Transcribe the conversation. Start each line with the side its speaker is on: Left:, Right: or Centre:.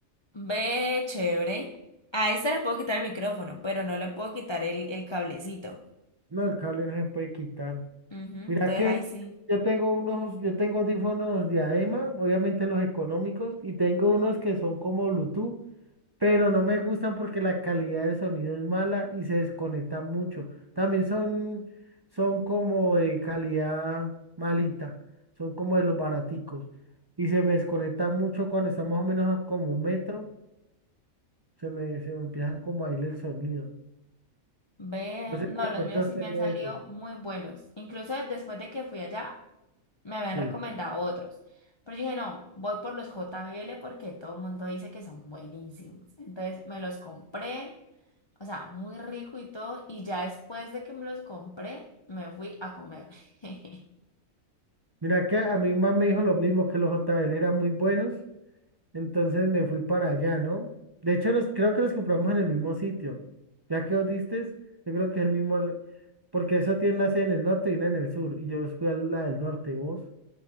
Left: Ve, chévere. A este le puedo quitar el micrófono, pero no le puedo quitar el, el cablecito.
Right: No, el cable no se puede quitar.
Left: Ujú,
Right: Mira
Left: entonces
Right: que
Left: ahí sí.
Right: yo tengo unos, yo tengo audífonos diadema, obviamente los económicos, y tengo unos que son como Bluetooth, pero no me gustan porque la calidad del sonido es mala y se desconecta mucho. También son, son como de calidad malita, son como de los baraticos. Y se me desconecta mucho cuando está más o menos a como un metro, se me, se me empiezan como a ir el sonido.
Left: Ve,
Right: No sé
Left: no,
Right: si de pronto
Left: los míos
Right: has
Left: sí
Right: tenido
Left: me han salido
Right: eso.
Left: muy buenos. Incluso después de que fui allá, me habían
Right: Sí.
Left: recomendado otros. Pero yo dije, no, voy por los JBL porque todo el mundo dice que son buenísimos. Entonces me los compré, o sea, muy rico y todo. Y ya después de que me los compré, me fui a comer. <laughs>
Right: Mira que a mi mamá me dijo lo mismo, que los JBL eran muy buenos, Entonces me fui para allá, ¿no? De hecho, los, creo que los compramos en el mismo sitio. Ya que vos diste, yo creo que es el mismo, al- porque eso tiene una sede en el norte y una en el sur, y yo fui a la del norte, ¿vos?